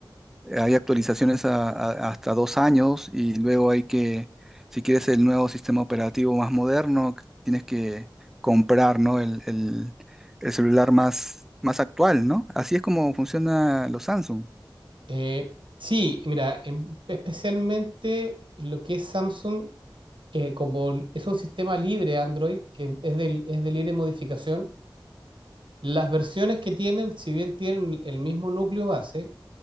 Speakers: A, in the centre; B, on the right.
A: hay actualizaciones a- a- hasta dos años y luego hay que, si quieres el nuevo sistema operativo más moderno, que tienes que comprar, ¿no? el, el- el celular más, más actual, ¿no? Así es como funciona los Samsung.
B: Eh, sí, mira, en- especialmente lo que es Samsung, eh, como es un sistema libre Android, que es de, es de libre modificación, las versiones que tienen, si bien tienen el mismo núcleo base,